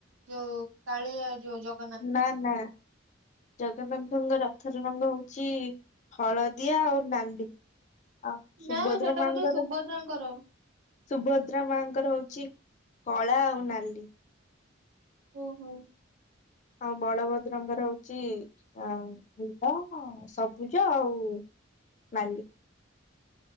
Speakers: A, on the right (about 75°); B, on the left (about 40°).
A: ଯୋଉ କାଳିଆ ଯୋଉ ଜଗ
B: ନା ନା ଜଗନ୍ନାଥଙ୍କ ରଥର ରଙ୍ଗ ହଉଛି ହଳଦିଆ ଆଉ ନାଲି, ଆଉ
A: ନା
B: ସୁଭଦ୍ର
A: ସେଇଟା
B: ମାଆଙ୍କର
A: ବୋଧେ ସୁଭଦ୍ରାଙ୍କର
B: ସୁଭଦ୍ରା ମାଆଙ୍କର ହଉଛି କଳା ଆଉ ନାଲି।
A: ଓ ହୋ!
B: ଆଉ ବଳଭଦ୍ରଙ୍କର ହଉଚି ଆଉ ନୀଳ ସବୁଜ ଆଉ ମାଲି